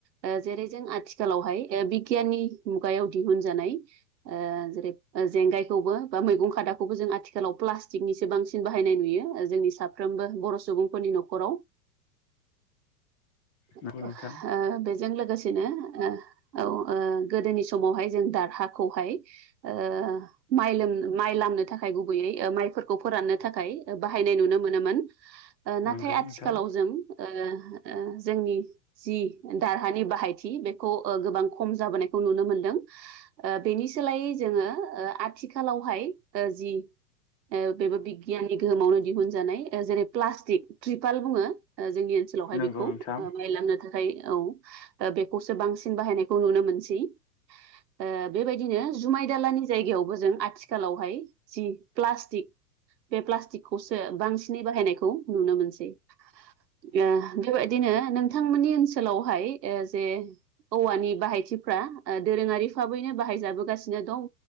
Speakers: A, on the right (about 80°); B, on the left (about 30°).
A: ओ जेरै जों आथिखालावहाय ओ बिगियाननि मुगायाव दिहुनजानाय ओ जेरै जेंगायखौबो बा मैगं खादाखौबो जों आथिखालाव प्लास्टिकनिसो बांसिन बाहायनाय नुयो जोंनि साफ्रोमबो बर' सुबुंफोरनि न'खराव
B: नंगौ
A: <unintelligible> ओ
B: नोंथां
A: हे बेस जों लोगोसेनो ओ औ ओ गोदोनि समावहाय जों दारहााखौहाय ओ माइ लो-माइ लामनो थाखाय गुबैयै माइफोरखौ फोराननो थाखाय बाहायनाय नुनो मोनोमोन। ओ नाथाय
B: नंगौ
A: आथिखालाव
B: नोंथां
A: जों ओ-ओ जोंनि जि दारहानि बाहायथि बेखौ ओ गोबां खम जाबोनायखौ नुनो मोनदों। ओ बेनि सोलायै जोङो ओ आथिखालावहाय जि ओ बेबो बिगियाननि गोहोमावनो दिहुनजानाय जेरै प्लास्टिक तरिपाल बुङो जोंनि ओनसो ओनोलावहाय
B: नंगौ
A: बेखौ
B: नोंथां
A: बायांनो थाखाय औ बेखौसो बांसिन बाहायनायखौ नुनो मोनसै। ओ बेबायदिनो जुमाय दालानि जायगायावबो जों आथिखालावहाय जि प्लास्टिक बे प्लास्टिकखौसो बांसिनै बाहायनायखौ नुनो मोनसै। ओ बेबायदिनो नोंथांमोननि ओनसोलावहाय ओ जे औवानि बाहायथिफ्रा ओ दोरोङारि फाबैनो बाहायजाबोगासिनो दं।